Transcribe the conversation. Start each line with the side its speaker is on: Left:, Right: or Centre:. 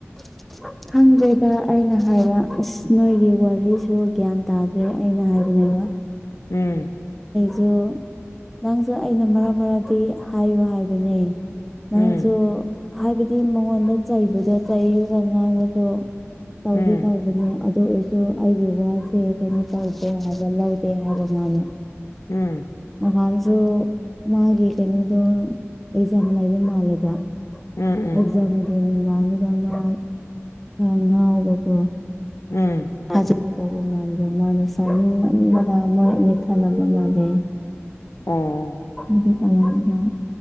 Centre: <inaudible> ꯈꯪꯗꯦꯗ ꯑꯩꯅ ꯍꯥꯏꯕ ꯑꯁ ꯅꯣꯏꯒꯤ ꯋꯥꯔꯤꯁꯨ ꯒ꯭ꯌꯥꯟ ꯇꯥꯗ꯭ꯔꯦ ꯑꯩꯅ ꯍꯥꯏꯕꯅꯦꯕ ꯕ
Left: ꯎꯝ
Centre: ꯑꯗꯨ ꯅꯪꯁꯨ ꯑꯩꯅ ꯃꯔꯛ ꯃꯔꯛꯗꯤ ꯍꯥꯏꯌꯣ ꯍꯥꯏꯕꯅꯦ ꯅꯪꯁꯨ
Left: ꯎꯝ
Centre: ꯍꯥꯏꯕꯗꯤ ꯃꯉꯣꯟꯗ ꯆꯩꯕꯗꯣ ꯆꯩꯩꯔ ꯉꯥꯡꯕꯁꯨ ꯇꯥꯎꯗꯦ
Left: ꯎꯝ
Centre: ꯇꯥꯎꯕꯅꯤ ꯑꯗꯨ ꯑꯣꯏꯔꯁꯨ ꯑꯩꯒꯤ ꯋꯥꯁꯦ ꯀꯩꯅꯣ ꯇꯧꯗꯦ ꯍꯥꯏꯕ ꯂꯧꯗꯦ ꯍꯥꯏꯕ ꯃꯥꯅ
Left: ꯎꯝ
Centre: ꯅꯍꯥꯟꯁꯨ ꯃꯥꯒꯤ ꯀꯩꯅꯣꯗꯣ ꯑꯦꯛꯖꯥꯝ ꯂꯩꯕ ꯃꯥꯜꯂꯦꯕ
Left: ꯎꯝ ꯎꯝ
Centre: ꯑꯦꯛꯖꯥꯝ ꯂꯥꯡꯗꯨꯗꯅꯉ ꯉꯥꯡ ꯉꯥꯎꯕꯀꯣ
Left: ꯎꯝ
Centre: ꯑꯗꯨꯒꯤ ꯇꯧꯕ ꯃꯥꯟꯗ ꯃꯥꯅ ꯁꯥꯎꯅꯤꯡꯃꯟꯕꯗ ꯃꯣꯏ ꯑꯅꯤ ꯈꯟꯅꯕ ꯃꯥꯜꯂꯦ
Left: ꯑꯣ
Centre: ꯎꯝ ꯍꯨꯝ ꯎꯝ